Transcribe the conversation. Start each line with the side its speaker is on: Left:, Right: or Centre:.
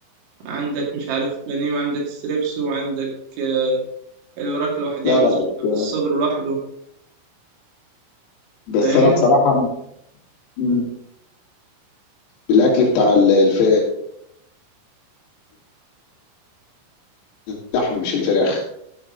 Right: عندك مش عارف بانيه وعندك ستريبس وعندك آه، الوراك لوحديها
Left: لا
Right: وناس
Left: لا بس
Right: بتحب الصدر لوحده
Left: بس
Right: فاهمني
Left: انا بصراحه م- بالاكل بتاع ال- الف... اللحم مش الفراخ